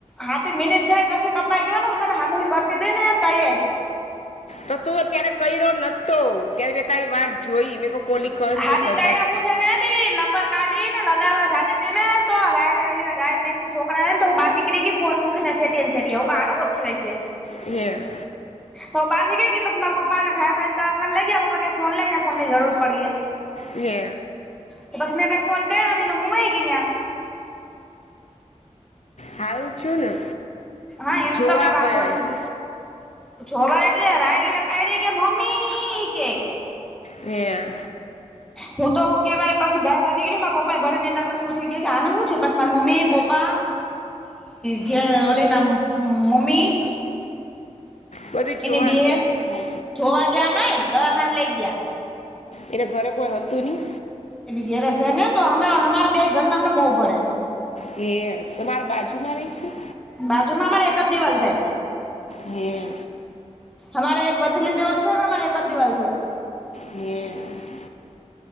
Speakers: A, in the centre; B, on the left.
A: હા મિનિટ થાય પછી કપાઈ ગયો ને. હું તને હામાંથી કરતી દઈ ને ત જ.
B: તો તું અત્યારે કર્યો નતો. ત્યારે મે તારી વાત જોઈ મે કોલી કરીય
A: હા તે
B: કદાચ.
A: તૈયા હું છે ને નંબર કાઢી ને લગાડવા જતી ત ને તોડડ ના શોકડાને તો બાર. કેટ ફો મુકિંગ એ હું કણનો છ છે.
B: હ.
A: તો બાર નનીળ ગ બસ મારા પપાને ઘા દવાખાન લઈ ગયા. પપા કે ફોન લ ફોનની જરૂર પડીએ.
B: હે
A: તો બસ મે કઈ ફોન કર્યોની ને હું ગીને
B: હારું થયું ને
A: હા એમ
B: જોવા
A: તો કઈ વાંધો
B: ગયો
A: નથી
B: એમ.
A: જોવા એટલે રાયડી પાયડી કે મમ્મી કે
B: એ.
A: હું તોું કેવાય પછ ધર નીકળી મારા પપા ભળ ની અંદર નથી ઉઠઈ ગયો કે આ હું છું માર મમ્મી પપ્પા જે ઓલી નામ મમ્મી
B: બધું જોવા
A: એની બેન
B: ગયા
A: જોવા ગયા નય દવાખાાન લઈ ગયા.
B: એટલે ઘરે કોઈ હતું નહી?
A: એની ઘેર છે ને તો અમે અમારે બે ઘર ને અમને બહુ પડે.
B: એ તમારા બાજુમાં રહીશ?
A: બાજુમાં અમારે એક જ દીવાલ થાઈ.
B: હ.
A: અમારે એક વછલી દિવાલ છે ને અમારે એક જ દિવાલ છે.
B: હમ.